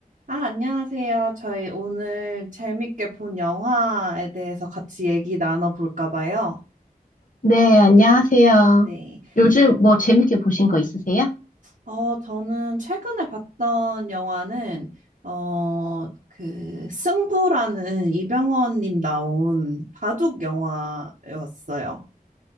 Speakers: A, on the right; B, on the left.
A: 아, 안녕하세요. 저희 오늘 재밌게 본 영화에 대해서 같이 얘기 나눠볼까 봐요.
B: 네, 안녕하세요.
A: 네.
B: 요즘 뭐 재밌게 보신 거 있으세요?
A: 어, 저는 최근에 봤던 영화는, 어, 그, 승부라는 이병헌님 나온 바둑 영화였어요.